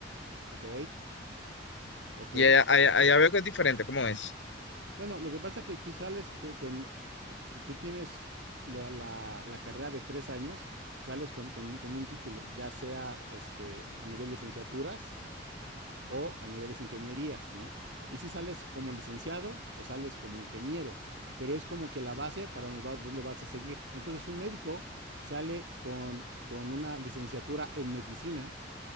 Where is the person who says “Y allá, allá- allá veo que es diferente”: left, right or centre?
Left